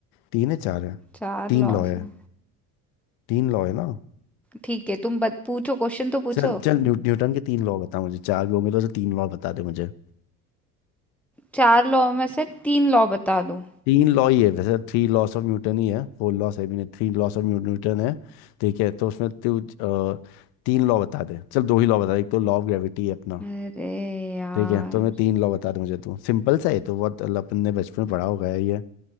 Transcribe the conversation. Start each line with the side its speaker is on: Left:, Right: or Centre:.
Left: तीन है चार है
Centre: चार
Left: तीन
Centre: लॉज
Left: लॉ है
Centre: है
Left: तीन लॉ है ना
Centre: ठीक है तुम बत पूछो क्वेश्चन तो पूछो
Left: चल चल न्यू, न्यूटन के तीन लॉ बता मुझे चार भी होंगे तो उसे तीन लॉ बता दे मुझे
Centre: चार लॉ में से तीन लॉ बता दूं
Left: तीन लॉ ही है वैसे थ्री लॉस ऑफ न्यूटन ही है फोर लॉस है भी नहीं थ्री लॉस ऑफ न्यूटन है ठीक है तो उसमें तू अ, तीन लॉ बता दे चल दो ही लॉ बता दे एक तो लॉ ऑफ ग्रेविटी है अपना
Centre: अरे यार
Left: ठीक है तो मैं तीन लॉ बता दे मुझे तू सिंपल सा है तो बहुत अपन ने बचपन में पढ़ा होगा है ये